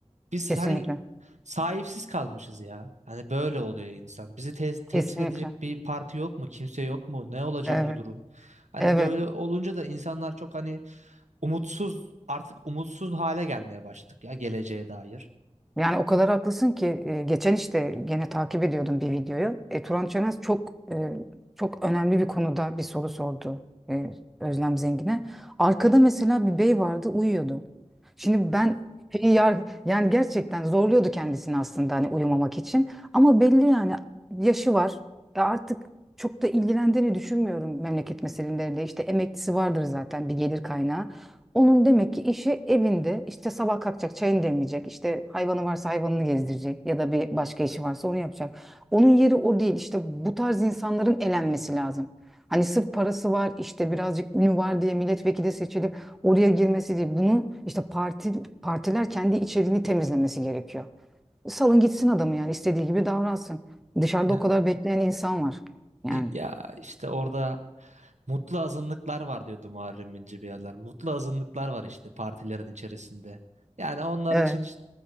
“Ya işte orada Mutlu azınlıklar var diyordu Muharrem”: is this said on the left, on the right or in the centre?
Right